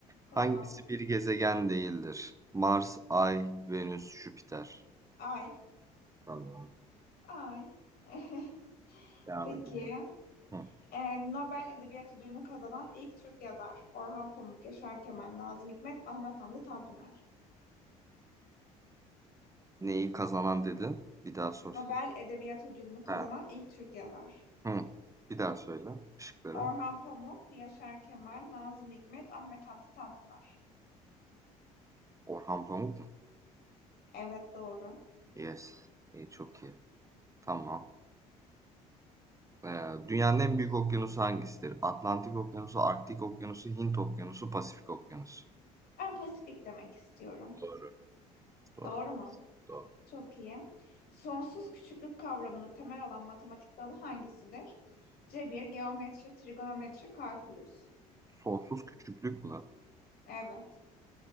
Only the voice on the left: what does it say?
Tamam.
Ay.
Ay. <laughs>
Peki.
Ee, Nobel Edebiyat Ödülünü kazanan ilk Türk yazar. Orhan Pamuk, Yaşar Kemal, Nazım Hikmet, Ahmet Hamdi Tanpınar.
Nobel Edebiyat Ödülünü kazanan
ilk Türkiye var.
Orhan Pamuk, Yaşar Kemal, Nazım Hikmet, Ahmet Hamdi Tanpınar.
Evet doğru.
Ben Pasifik demek istiyorum.
Doğru mu?
Çok iyi. Sonsuz küçüklük kavramını temel alan matematik dalı hangisidir? Cebir, geometri, trigonometri, kalkülüs.
Evet,